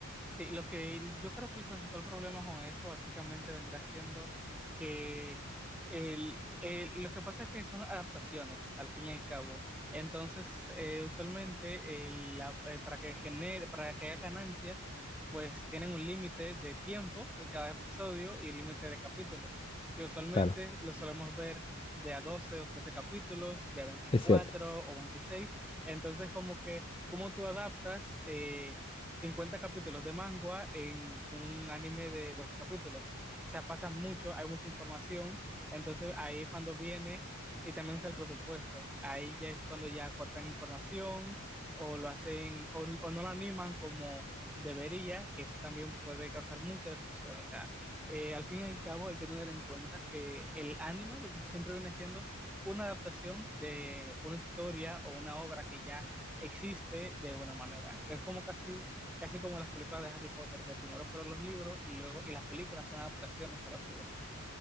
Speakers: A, in the centre; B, on the left.
A: Sí, lo que yo creo que el principal problema con eso básicamente vendrá siendo que el, el- lo que pasa es que son adaptaciones al fin y al cabo. Entonces, eh, usualmente el- la- eh, para que genere, para que haya ganancias, pues tienen un límite de tiempo de cada episodio y límite de capítulos, que usualmente
B: Claro,
A: lo solemos ver de a 12 o 13 capítulos, de a veinticuatro
B: es cierto.
A: o veintiséis Entonces, como que, ¿cómo tú adaptas? eh, 50 capítulos de manga en un anime de 12 capítulos. O sea, pasa mucho, hay mucha información, entonces ahí es cuando viene y también es el presupuesto. Ahí ya es cuando ya cortan información o lo hacen o, o no lo animan como debería, que eso también puede causar mucha decepción. O sea, eh, al fin y al cabo hay que tener en cuenta que el anime siempre viene siendo una adaptación de una historia o una obra que ya existe de una manera. Es como casi casi como las películas de Harry Potter, que primero fueron los libros y luego y las películas son adaptaciones a los libros.